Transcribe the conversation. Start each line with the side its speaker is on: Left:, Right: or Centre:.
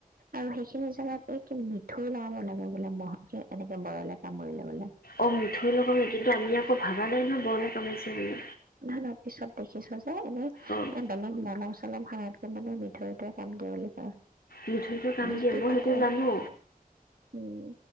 Right: আৰু সেইখিনি জেগাতে কি মিঠৈ লগাব লাগে বোলে মহে -কি এনেকে বৰলে কামুৰিলে বোলে।
Left: অ' মিঠৈ লগাব লাগে কিন্তু আমি আকৌ ভাবা নাই নহ বৰলে কামুৰিছে বুলি।
Right: নহয় নহয়, পিছত দেখিছ এ এনে
Left: অ',
Right: এ বেলেগ নান চলপ ভাতকে মানে মিঠৈটোৱে কাম দিয়া বুলি কয়।
Left: মিঠৈতো কাম
Right: বিষটো
Left: দিয়ে মই
Right: কাটে
Left: সেইটো জানো।
Right: উম